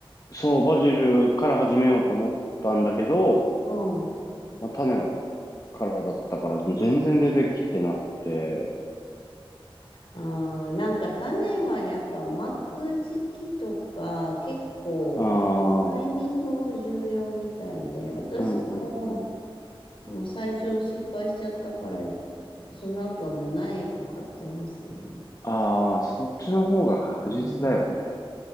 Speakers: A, on the left (about 40°); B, on the left (about 65°).
A: そう、バジルから始めようと思ったんだけど、
B: うん。
A: まあ、種からだったから全然出てきてなくて。
B: ああ、なんか種はやっぱ巻く時期とか結構
A: ああ、
B: タイミングも重要みたいで、私も
A: うんうんうん。
B: もう最初失敗しちゃったから、その後はもう苗を買ってますね。
A: ああ、そっちの方が確実だよね。
B: うん